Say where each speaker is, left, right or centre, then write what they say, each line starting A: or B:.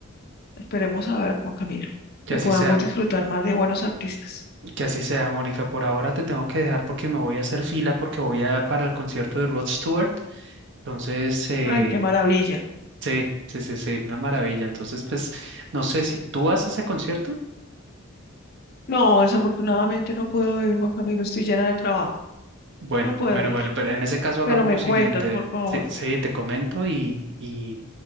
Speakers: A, on the left; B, on the right.
A: Esperemos a ver, Juan Camilo,
B: Que
A: que
B: así
A: podamos
B: sea,
A: disfrutar más de buenos artistas.
B: que así sea, Mónica. Por ahora te tengo que dejar porque me voy a hacer fila porque voy a para el concierto de Rod Stewart. Entonces, eh,
A: Ay, qué maravilla.
B: sí, sí, sí, sí, una maravilla. Entonces, pues, no sé si tú vas a ese concierto.
A: No, desafortunadamente no puedo ir, Juan Camilo, estoy llena de trabajo,
B: Bueno,
A: no puedo
B: bueno,
A: ir,
B: bueno, pero en ese caso hagamos
A: pero me
B: lo siguiente.
A: cuentas, por favor,
B: Sí, sí, te comento y, y